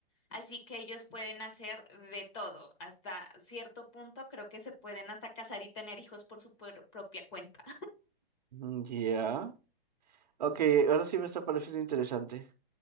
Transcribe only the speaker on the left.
así que ellos pueden hacer de todo. Hasta cierto punto creo que se pueden hasta casar y tener hijos por su por- propia cuenta.